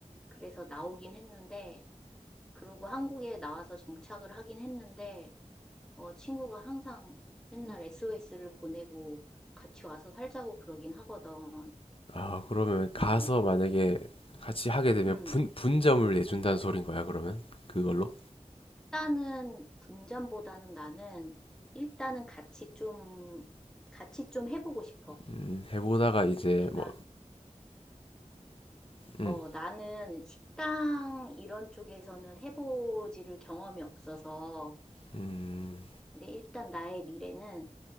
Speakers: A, in the centre; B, on the left (about 45°).
A: 그래서 나오긴 했는데 그러고 한국에 나와서 정착을 하긴 했는데 어, 친구가 항상 맨날 SOS를 보내고 같이 와서 살자고 그러긴 하거든.
B: 아, 그러면 가서
A: 음,
B: 만약에 같이 하게 되면
A: 음.
B: 분, 분점을 내준다는 소린 거야, 그러면? 그걸로?
A: 일단은 분전보다는 나는 일단은 같이 좀 같이 좀 해보고 싶어.
B: 음, 해보다가 이제
A: 내가
B: 뭐, 음,
A: 어 나는 식당 이런 쪽에서는 해보지를 경험이 없어서
B: 음.
A: 근데 일단 나의 미래는